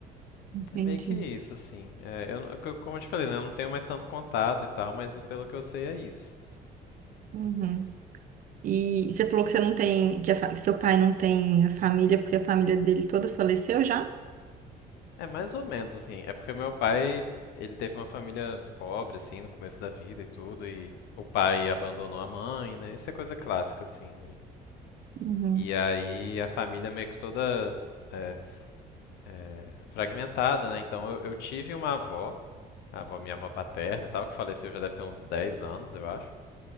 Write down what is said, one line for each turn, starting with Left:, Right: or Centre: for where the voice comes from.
Right: Entendi.
Left: É meio que isso assim. É, eu, não- eu- como eu te falei, né, eu não tenho mais tanto contato e tal, mas pelo que eu sei é isso.
Right: Uhum. E você falou que você não tem, que, a fa- que seu pai não tem a família, porque a família dele toda faleceu já?
Left: É mais ou menos assim. É porque meu pai, ele teve uma família pobre assim no começo da vida e tudo e o pai abandonou a mãe, né? Isso é coisa clássica assim.
Right: Uhum.
Left: E, e aí a família meio que toda é, é, fragmentada, né? Então eu, eu tive uma avó, a avó, minha avó paterna e tal, que faleceu já deve ter uns 10 anos, eu acho.